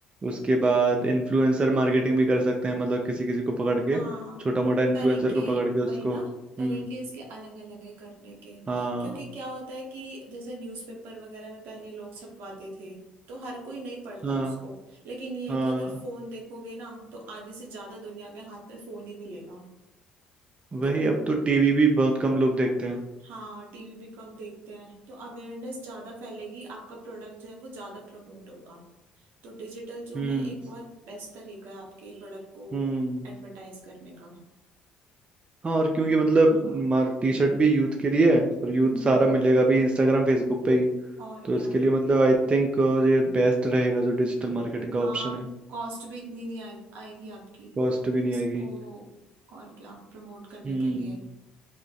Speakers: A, on the right; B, on the right.
A: उसके बाद इन्फ्लुएंसर मार्केटिंग भी कर सकते हैं मतलब किसी किसी को पकड़ के
B: हाँ
A: छोटा मोटा इन्फ्लुएंसर
B: तरीके
A: को पकड़ के उसको
B: वही ना
A: हम्म
B: तरीके इसके अलग अलग है करने के
A: हाँ
B: क्योंकि क्या होता है कि जैसे न्यूज़पेपर वगैरह में पहले लोग छपवाते थे तो हर कोई नहीं पढ़ता
A: हाँ
B: उसको लेकिन ये
A: हाँ
B: है कि अगर फोन देखोगे ना तो आधे से ज्यादा दुनिया के हाथ में फोन ही मिलेगा तो
A: वही अब तो टीवी भी बहुत कम लोग देखते हैं
B: हाँ टीवी भी कम देखते हैं तो अवेयरनेस ज्यादा फैलेगी आपका प्रोडक्ट जो है वो ज्यादा प्रमोट होगा तो डिजिटल जो
A: हम्म
B: है एक बहुत बेस्ट तरीका है आपके प्रोडक्ट को
A: हम्म
B: एडवर्टाइज करने का
A: हाँ और क्योंकि मतलब
B: हाँ
A: मार टी शर्ट भी यूथ के लिए है और यूथ
B: हम्म
A: सारा मिलेगा भी इंस्टाग्राम फेसबुक पे ही
B: और
A: तो इसके
B: क्या
A: लिए मतलब आई थिंक ये बेस्ट रहेगा जो डिजिटल मार्केटिंग का
B: हाँ
A: ऑप्शन है
B: कॉस्ट भी इतनी नहीं आए, आएगी आपकी
A: कॉस्ट भी नहीं
B: इसको
A: आएगी
B: और क्या प्रमोट करने
A: हम्म
B: के लिए